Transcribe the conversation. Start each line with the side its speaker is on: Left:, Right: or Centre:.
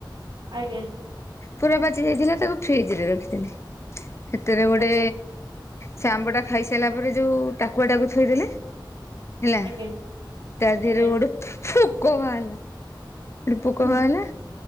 Right: ଆଜ୍ଞା।
Left: ପୁରା ପାଚି ଯାଇଥିଲା ତାକୁ ଫ୍ରିଜରେ ରଖିଥିଲେ। ହେଥେରେ ଗୋଟେ
Right: ଆଜ୍ଞା
Left: ସେ ଆମ୍ବଟା ଖାଇସାରିଲା ପରେ ଯୋଉ ଟାକୁଆଟାକୁ ଥୋଇଦେଲେ। ହେଲା
Right: ଆଜ୍ଞା
Left: ତା ଦିହେରେ
Right: ଆଜ୍ଞା
Left: ଗୋଟେ ଫୋ-ଫୋକ ବାହାରିଲା। ସେଠୁ ପୋକ
Right: ହୁଁ
Left: ବାହାରିଲା